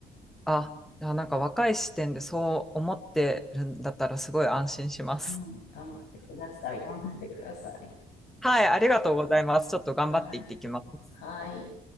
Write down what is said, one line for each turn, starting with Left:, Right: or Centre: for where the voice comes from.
Centre: あ、じゃあなんか若い視点でそう思ってるんだったらすごい安心します。
Left: うん、頑張ってください。頑張ってください。
Centre: はい、ありがとうございます。ちょっと頑張っていってきます。
Left: はい。はい。